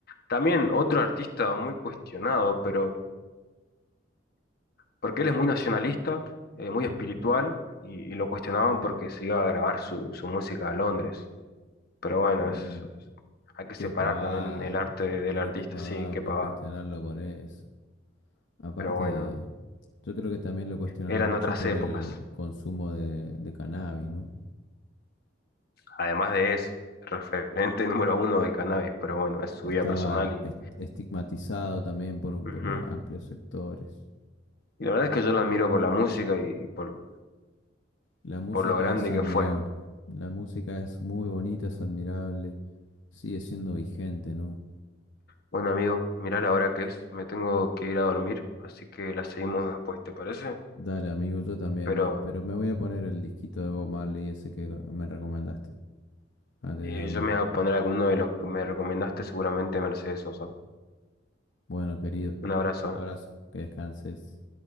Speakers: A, on the left (about 55°); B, on the left (about 75°).
A: También otro artista muy cuestionado, pero porque él es muy nacionalista, eh, muy espiritual, y, y lo cuestionaban porque se iba a grabar su, su música a Londres. Pero bueno,
B: Mm,
A: es- es- hay que
B: qué
A: separar
B: pavada.
A: también el arte de- del
B: Pero
A: artista,
B: qué pavada
A: sí, qué
B: por
A: pavada.
B: cuestionarlo por eso. Aparte,
A: Pero bueno,
B: yo creo que también lo cuestionaron
A: eran
B: mucho
A: otras
B: por
A: épocas.
B: el consumo de, de cannabis, ¿no?
A: Además de eso, <laughs> referente número uno del cannabis, pero bueno, es su
B: Estaba
A: vida personal y...
B: est- estigmatizado también por, un-
A: ujú.
B: por amplios sectores.
A: Y la verdad es que yo la admiro por la música y por,
B: La música
A: por lo grande
B: es admirable.
A: que fue.
B: La música es muy bonita, es admirable. Sigue siendo vigente, ¿no?
A: Bueno, amigo, mirá la hora que es, me tengo que ir a dormir, así que la seguimos después, ¿te parece?
B: Dale, amigo, yo también,
A: Pero
B: me- pero me voy a poner el disquito de Bob Marley, ese que me recomendaste, antes
A: eh,
B: de dormir.
A: yo me voy a poner alguno de los que me recomendaste, seguramente Mercedes Sosa.
B: Bueno, querido,
A: Un abrazo.
B: un abrazo, que descanses.